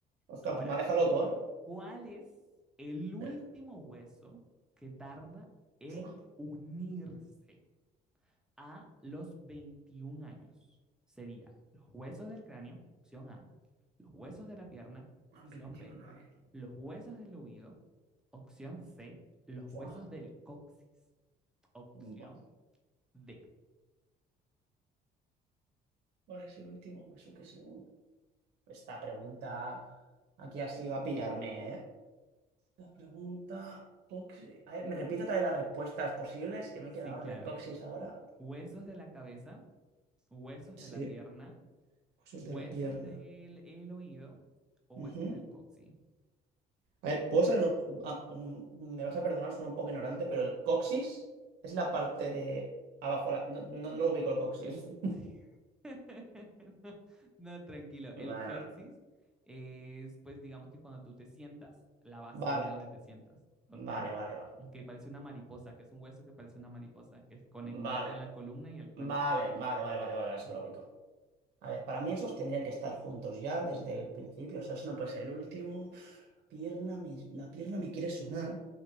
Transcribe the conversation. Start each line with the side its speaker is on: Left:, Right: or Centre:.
Right: Ostras,
Centre: Ahora,
Right: pues me ha dejado loco, ¿eh?
Centre: ¿Cuál es el
Right: Espera.
Centre: último hueso que tarda en
Right: Fuah.
Centre: unirse a los 21 años? Sería los huesos del cráneo, opción A, los huesos de la pierna, opción
Right: 21,
Centre: B,
Right: eh.
Centre: los huesos del oído, opción C, los
Right: Fuah.
Centre: huesos del coxis, opción
Right: Buah.
Centre: D.
Right: ¿Cuál es el último beso que se une? Esta pregunta aquí ha sido a pillarme, ¿eh? La pregunta. coxi- A ver, ¿me repite otra vez las respuestas posibles que me
Centre: Sí,
Right: he quedado
Centre: claro,
Right: en el coxis ahora?
Centre: huesos de la cabeza, huesos
Right: Sí,
Centre: de la pierna,
Right: huesos
Centre: huesos
Right: de la pierna.
Centre: del el oído o huesos
Right: Ujú.
Centre: del coxis.
Right: A ver, ¿puedo saber? lo- ah, mm, me vas a perdonar, soy un poco ignorante, pero el coxis es la parte de abajo. la- No, no, no ubico el coxis. <laughs>
Centre: Sí. <laughs> No, no, tranquilo.
Right: Bueno,
Centre: El coxis es, pues, digamos que cuando tú te sientas, la base
Right: vale,
Centre: ahí donde te sientas, ¿ok?
Right: vale, vale,
Centre: Que parece una mariposa, que es un hueso que parece una mariposa, que conecta
Right: vale.
Centre: con la columna y el cráneo.
Right: Vale, vale, vale, vale, vale, vale, ahora sí que lo ubico. A ver, para mí esos tendrían que estar juntos ya desde el principio. O sea, eso no puede ser el último. Uf, la pierna me, la pierna me quiere sonar.